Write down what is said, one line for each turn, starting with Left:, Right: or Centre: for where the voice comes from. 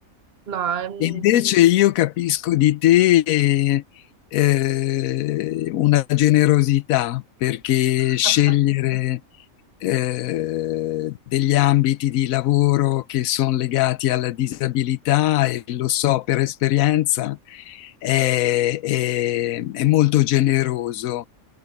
Right: No, è un-
Left: Invece io capisco di te eh, eh, una generosità perché
Right: <laughs>
Left: scegliere eh, degli ambiti di lavoro che sono legati alla disabilità, e lo so per esperienza, è, è- è molto generoso